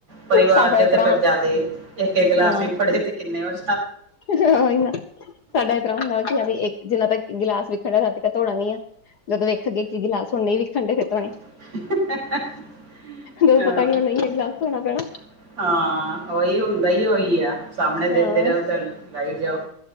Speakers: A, on the right (about 55°); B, on the left (about 55°).
A: ਪਰਿਵਾਰ
B: ਸਾਡਾ
A: ਚ
B: ਇਸ
A: ਤੇ
B: ਤਰ੍ਹਾਂ
A: ਫਿਰ
B: ਵਾ
A: ਜ਼ਿਆਦਾ ਇੱਕ ਇੱਕ ਗਲਾਸ
B: ਹਾਂ
A: ਵੀ ਫੜੇ ਤੇ ਕਿੰਨੇ ਹੋਟ
B: ਨਾ ਸਾਡਾ ਇ ਤਰ੍ਹਾਂ ਹੁੰਦਾ ਵਾ ਯਾਰੀ ਇੱਕ ਜਿੰਨਾ ਤ ਗਿਲਾਸ ਵਿਖਣ ਰਾਤੀ ਧੋਣਾ ਨੀ ਆ ਜਦੋਂ ਵੇਖ ਅੱਗੇ ਕਿ ਗਲਾਸ ਹਣ ਨ ਵੀ ਖੰਡੇ ਫਿਰ ਧੋਣੇ
A: <inaudible>
B: ਜਦੋਂ
A: ਹਾਂ-ਹਾਂ
B: ਪਤਾ ਕਿ ਉਹ ਨਹੀਂ ਹੈ ਗਿਲਾਸ ਧੋਣਾ ਪੈਣਾ
A: ਉਹੀ ਹੁੰਦਾ ਹੀ ਉਹੀ ਆ ਸਾਹਮਣੇ ਦੇਖਦੇ
B: ਹਾਂ
A: ਰਹੋ ਤਾਂ ਲਾਈ ਜਾਓ